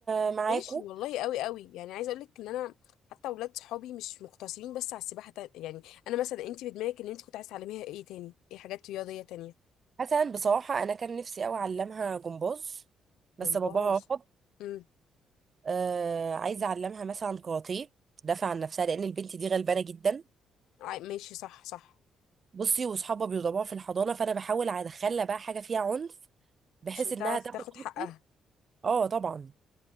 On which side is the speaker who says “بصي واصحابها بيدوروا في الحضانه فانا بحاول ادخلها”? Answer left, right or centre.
Right